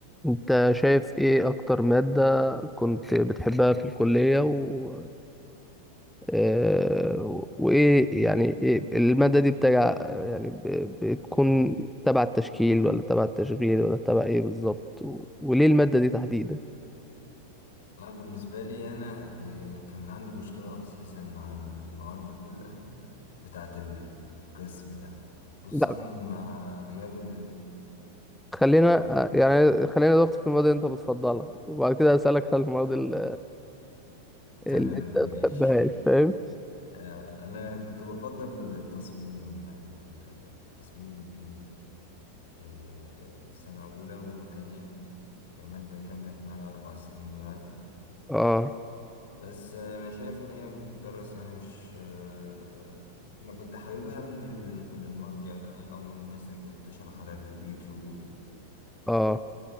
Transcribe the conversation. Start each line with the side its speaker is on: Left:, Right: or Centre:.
Centre: انت شايف ايه اكتر مادة كنت بتحبها في الكلية و... آه، وايه يعني إيه المادة دي بتجع يعني ب... بتكون تبع التشكيل ولا تبع التشغيل ولا تبع ايه بالظبط و... وليه المادة دي تحديدا
Left: والله بالنسبة لي أنا إيه، كان عندي مشكلة أساسا مع المواد كلها بتاعة ال- القسم يعني خصوصا
Centre: لا
Left: مع غياب ال...
Centre: خلينا
Left: مع...
Centre: آه، يعني خلينا نضغط في المواد اللي انت بتفضلها وبعد كده هسألك على المواد ال-
Left: تمام
Centre: اللي انت
Left: ماشي
Centre: بتحبهاش فاهم
Left: <laughs> آه، أنا كنت بفضل التصميم يعني ال- التصميم الميكانيكي في في سنة أولى وتانية ومادة كملت معايا أربع سنين يعني
Centre: اه
Left: بس انا شايف ان هي بتدرس يعني مش آه، انا كنت حاببها من ال- من المرجع يعني او من الناس اللي كانت بتشرح على اليوتيوب وكده
Centre: اه